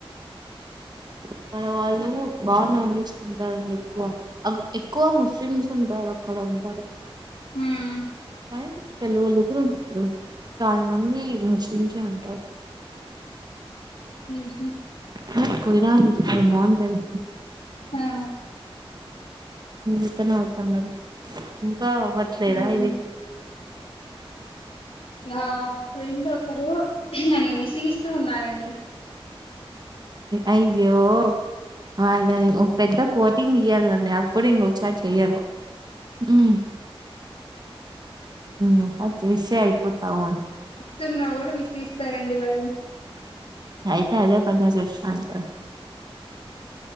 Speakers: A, on the right (about 45°); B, on the left (about 80°).
A: ఆ క్కడ వాళ్ళు బాగా నాన్ వెజ్ తింటారండి ఎక్కువ అగు ఎక్కువ ముస్లిమ్ సుంటారు అక్కడ పాడు
B: హ్మ్
A: కానీ తెలుగోలో గూడూన్ ఉమ్ చాలా మంది ముస్లిమ్స్ యే ఉంటార్
B: ఉహు
A: హట్ కో ఇరా <unintelligible> బాగుంటది
B: ఆ
A: ఇక్కనే అవుతాన్నారు ఇంకా అవ్వట్లేదా
B: హ్మ్
A: ఇది
B: నా ఫ్రెండ్ ఒకరు నన్ను విసిగిస్తూ ఉన్నారండి
A: అయ్యో వాళ్ళని ఓ పెద్ద కోటింగ్ ఇయ్యాలండి అప్పుడు ఇంకొసారి చెయ్యరు మ్ మ్ అది చేస్తే అయిపోతమ
B: తున్నా కూడా విసిగిస్తారండి వాళ్ళు
A: అయితే అదే పనిగ చేస్త ఉంటారు